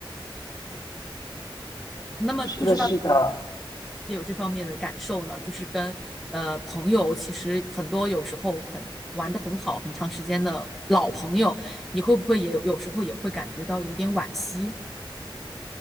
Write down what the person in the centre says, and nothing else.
那么不知道
也有这方面的感受呢？就是跟呃朋友，其实很多有时候很玩的很好，很长时间的老朋友，你会不会也有时候也会感觉到有点惋惜？